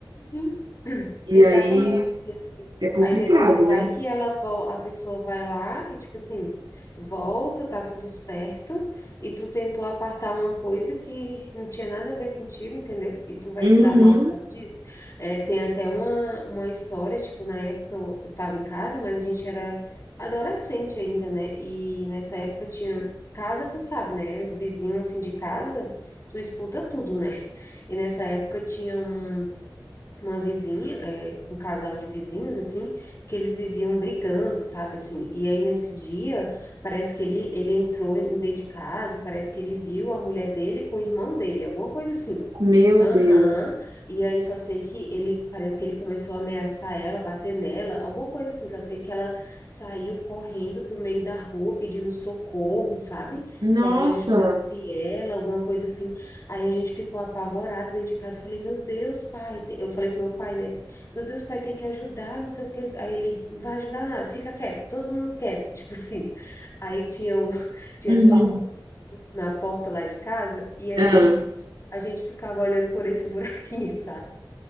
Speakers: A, on the left; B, on the right.
A: Uhum. <clears throat>
B: e
A: Exatamente.
B: aí é complicado,
A: Aí depois vai
B: né?
A: que ela vol- a pessoa vai lá e tipo assim, volta, tá tudo certo, e tu tentou apartar uma coisa que não tinha nada a ver contigo, entendeu? E tu vai
B: Uhum,
A: se dar mal por causa disso. É, tem até uma, uma história, tipo, na época eu, eu tava em casa, mas a gente era adolescente ainda, né? E nessa época tinha casa, tu sabe, né? Os vizinhos assim de casa, tu escuta tudo, né? E nessa época tinha um uma vizinha, é, um casal de vizinhos, assim, que eles viviam brigando, sabe, assim, e aí nesse dia, parece que ele, ele entrou em- dentro de casa, e parece que ele viu a mulher dele com o irmão dele, alguma coisa assim,
B: meu
A: Aham.
B: Deus.
A: E aí só sei que ele, parece que ele começou a ameaçar ela, bater nela, alguma coisa assim. Só sei que ela saiu correndo pro meio da rua pedindo socorro, sabe?
B: Nossa.
A: Que alguém ajudasse ela, alguma coisa assim. Aí a gente ficou apavorado dentro de casa. Eu Falei, meu Deus, pai. te- Eu falei pro meu pai, né? Meu Deus, pai, tem que ajudar, não sei o quê. Aí ele, não vai ajudar nada, fica quieto, todo mundo quieto, <laughs> tipo assim. Aí tinha um, <laughs> tinha
B: Uhum.
A: só um na porta lá de casa, e aí
B: Ah.
A: a gente ficava olhando por esse buraquinho, <laughs> sabe?